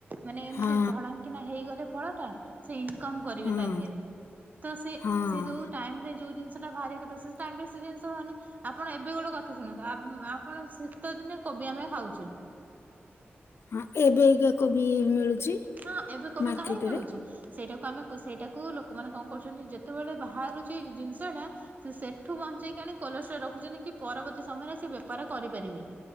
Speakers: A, on the right; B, on the left.
A: ମାନେ ଏମିତି
B: ହଁ
A: ଧଡ଼ଙ୍କିନା ହେଇଗଲେ ଫଳଟା ସେଇ ଇନକମ କରିବେ
B: ହଁ
A: ତା ଦିହରେ ତ ସେଇ
B: ହଁ
A: ଯୋଉ ଟାଇମରେ ଯୋଉ ଜିନିଷ ସେଟା ବାହାରିବା କଥା, ସେ ଟାଇମରେ ସେ ଜିନଷ ବାହାରୁନି। ଆପଣ ଏବେ ଗୋଟେ କଥା ଶୁଣନ୍ତୁ, ଆପଣ ଶୀତଦିନେ କୋବି ଆମେ ଖାଉଛେ।
B: ହଁ ଏବେ ଅଇକା କୋବି ମିଳୁଛି।
A: ହଁ ଏବେ କୋବି
B: ମାର୍କେଟରେ
A: କାହିଁକି ମିଳୁଛି? ସେଇଟାକୁ ଆମେ ସେଇଟାକୁ ଲୋକମାନେ କଣ କରୁଛନ୍ତି, ଯେତେବେଳେ ବାହାରୁଛି ଜିନିଷଟା ସେ ସେଠୁ ବଞ୍ଚେଇକି ଆଣି କୋଲେଷ୍ଟ୍ରଲ ରଖୁଛନ୍ତି କି ପରବର୍ତ୍ତୀ ସମୟରେ ସେ ବେପାର କରିପାରିବେ।